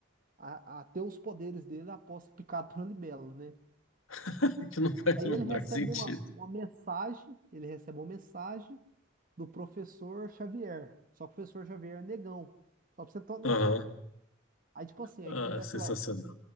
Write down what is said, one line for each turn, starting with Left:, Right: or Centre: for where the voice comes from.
Right: a, a ter os poderes dele após ser picado por uma libélula, né?
Left: <laughs> Que não faz
Right: Aí
Left: o menor
Right: ele recebe
Left: sentido.
Right: uma, uma mensagem, ele recebe uma mensagem do professor Xavier. Só que o professor Xavier é negão. Só pra você ter uma noção.
Left: Aham.
Right: Aí, tipo assim,
Left: Ah,
Right: aí começa
Left: sensacional.
Right: lá. o-